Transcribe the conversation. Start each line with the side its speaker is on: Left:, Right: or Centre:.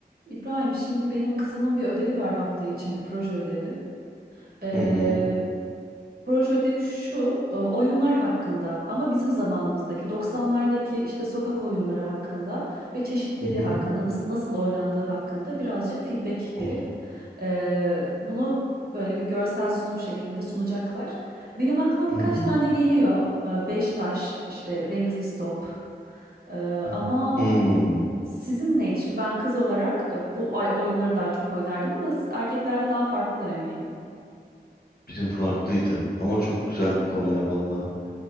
Right: İbrahim, şimdi benim kızımın bir ödevi var hafta için bir proje ödevi. Ee,
Left: Hı hı.
Right: proje ödevi şu, e, oyunlar hakkında ama bizim zamanımızdaki 90'lardaki işte sokak oyunları hakkında ve çeşitliliği
Left: Hı hı.
Right: hakkında nas- nasıl oynandığı hakkında birazcık feedback
Left: Oh.
Right: verip e, bunu böyle bir görsel sunum şeklinde sunacaklar. Benim aklıma birkaç
Left: Hı hı.
Right: tane geliyor. E, Beş taş, işte renkli stop. E,
Left: Hı.
Right: ama
Left: Hmm.
Right: sizin neydi? Şimdi ben kız olarak e, bu ay oyunları daha çok oynardım ama s- erkeklerde daha farklıdır eminim.
Left: Bizim farklıydı ama çok güzel bir konu ya valla.